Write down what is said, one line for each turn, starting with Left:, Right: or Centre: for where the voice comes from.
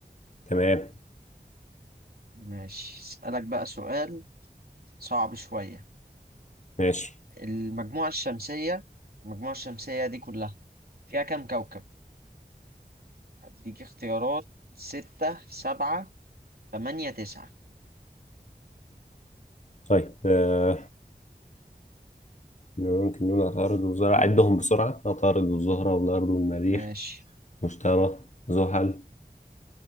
Left: تمام
Right: ماشي اسألك بقى سؤال صعب شوية
Left: ماشي
Right: المجموعة الشمسية المجموعة الشمسية دي كلها فيها كام كوكب؟ اديك اختيارات ستة سبعة تمانية تسعة
Left: طيب آه، يمكنون عطارد والزهرة عدهم بسرعة عطارد والزهرة والأرض والمريخ
Right: ماشي
Left: مشتري زحل